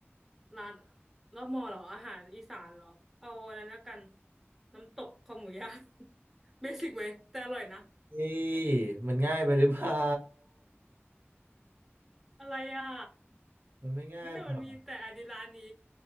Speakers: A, in the centre; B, on the right.
A: ร้านแล้วมอเหรออาหารอีสานเหรอเอาอะไรแล้วกันน้ำตกคอหมูย่าง <laughs> เบสิกไหมแต่อร่อยนะ
B: นี่มันง่ายไปหรือเปล่า
A: อะไรอ่ะ
B: มันไม่ง่ายไปหรอก
A: วิแต่มันมีแต่อันนี้ร้านนี้